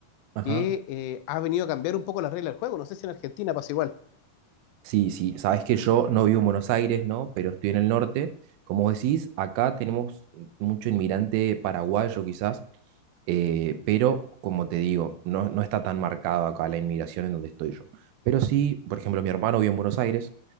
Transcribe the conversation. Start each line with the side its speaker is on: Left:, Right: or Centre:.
Right: Ajá.
Left: que eh, ha venido a cambiar un poco las reglas del juego. No sé si en Argentina pasa igual.
Right: Sí, sí, sabes que yo no vivo en Buenos Aires, ¿no? Pero estoy en el norte. Como vos decís, acá tenemos mucho inmigrante paraguayo quizás, eh, pero como te digo, no, no está tan marcado acá la inmigración en donde estoy yo. Pero sí, por ejemplo, mi hermano vive en Buenos Aires,